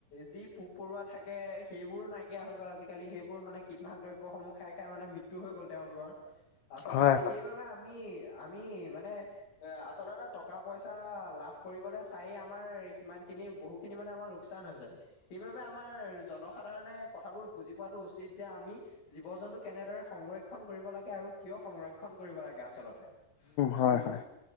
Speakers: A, on the left (about 85°); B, on the left (about 65°).
A: যি পোক পৰুৱা থাকে সেইবোৰো নাইকিয়া হৈ গ'ল আজিকালি, সেইবোৰ মানে কীটনাশক দ্ৰব্যসমূহ খাই খাই মানে মৃত্যু হৈ গ'ল তেওঁলোকৰ আচলতে
B: হয় হয়
A: সেইবাবে আমি আমি মানে এ আচলতে টকা পইচা লাভ কৰিবলে চাইে আমাৰ সিমান খিনি বহু খিনি মানে আমাৰ লোকচান হৈছে সেইবাবে আমাৰ জনসাধাৰণে কথাবোৰ বুজি পোৱাটো উচিত যে আমি জীৱ জন্তু কেনেদৰে সংৰক্ষন কৰি কৰিব লাগে আৰু কিয় সংৰক্ষণ কৰিব লাগে আচলতে?
B: হয়
A: উম
B: হয়